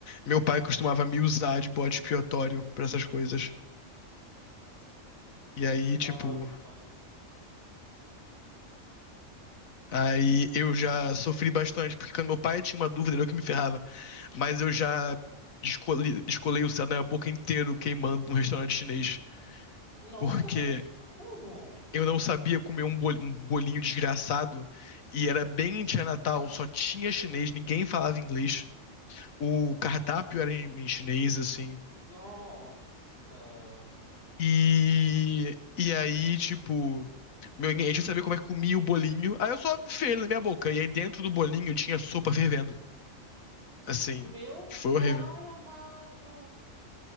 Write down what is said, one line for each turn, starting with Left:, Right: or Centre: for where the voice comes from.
Left: Meu pai costumava me usar de bode expiatório pra essas coisas. E aí,
Right: Ah,
Left: tipo.
Right: meu pai.
Left: Aí eu já sofri bastante, porque quando meu pai tinha uma dúvida, era eu que me ferrava. Mas eu já descolei, descolei o céu da minha boca inteiro queimando num restaurante chinês,
Right: Nossa,
Left: porque
Right: mas como?
Left: Eu não sabia comer um bol- um bolinho desgraçado. E era bem
Right: <laughs>
Left: em Natal, só tinha chinês, ninguém falava inglês. O cardápio era em, em chinês, assim.
Right: Nossa.
Left: E, e aí, tipo, meu, ninguém tinha saber como é que comia o bolinho. Aí eu só enfiei ele na minha boca. E aí dentro do bolinho tinha sopa fervendo. Assim,
Right: N- Meu
Left: foi
Right: pai
Left: horrível.
Right: amado.